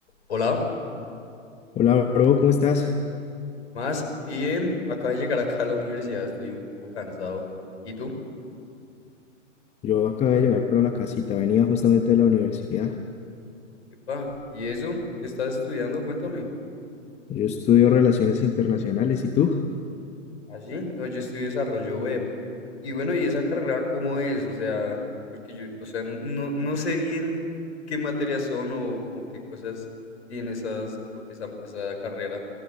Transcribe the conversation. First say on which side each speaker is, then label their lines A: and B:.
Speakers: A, on the left; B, on the left.
A: Hola,
B: Hola, bro, ¿cómo estás?
A: más bien, acabé de llegar acá a la universidad, estoy un poco cansado. ¿Y tú?
B: Yo acabé de llegar por la casita, venía justamente de la universidad.
A: Epa, ¿y eso? ¿Qué estás estudiando? Cuéntame.
B: Yo estudio relaciones internacionales, ¿y tú?
A: ¿Ah, sí? No, yo estudio desarrollo web. Y bueno, ¿y esa carrera cómo es? O sea, porque yo, o sea, no, no sé bien qué materias son o como qué cosas tiene esas, co- esa, esa carrera.